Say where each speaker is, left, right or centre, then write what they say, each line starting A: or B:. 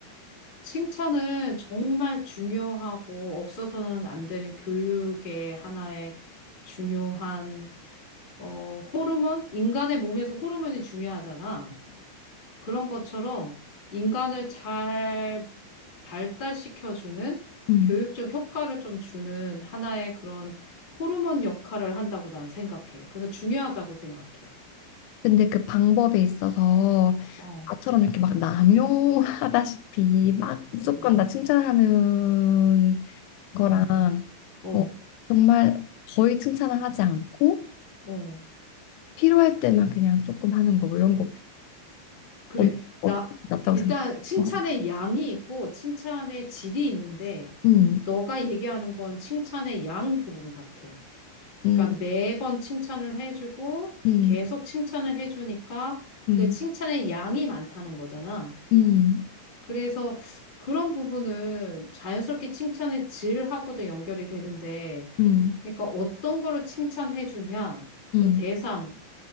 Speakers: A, on the left; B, on the left.
A: 칭찬은 정말 중요하고 없어서는 안 되는 교육의 하나의 중요한, 어, 호르몬? 인간의 몸에서 호르몬이 중요하잖아. 그런 것처럼 인간을 잘 발달시켜주는
B: 음.
A: 교육적 효과를 좀 주는 하나의 그런 호르몬 역할을 한다고 난 생각해. 그래서 중요하다고 생각해.
B: 근데 그 방법에 있어서
A: 어,
B: 나처럼 이렇게 막 남용하다시피 막 무조건
A: 어,
B: 나 칭찬하는 거랑
A: 어. 어.
B: 어, 정말 거의 칭찬을 하지 않고
A: 어,
B: 필요할 때만 그냥 조금 하는 거 뭐 이런 거
A: 그래.
B: 언-
A: 나,
B: 어, 낫다고
A: 일단
B: 생각해.
A: 칭찬의
B: 어.
A: 양이 있고 칭찬의 질이 있는데,
B: 음,
A: 너가 얘기하는 건 칭찬의 양 부분 같아. 그러니까
B: 음,
A: 매번 칭찬을 해주고,
B: 음,
A: 계속 칭찬을 해주니까
B: 음,
A: 그 칭찬의 양이 많다는 거잖아.
B: 음,
A: 그래서 그런 부분은 자연스럽게 칭찬의 질하고도 연결이 되는데,
B: 음,
A: 그러니까 어떤 거를 칭찬해주냐, 그
B: 음,
A: 대상,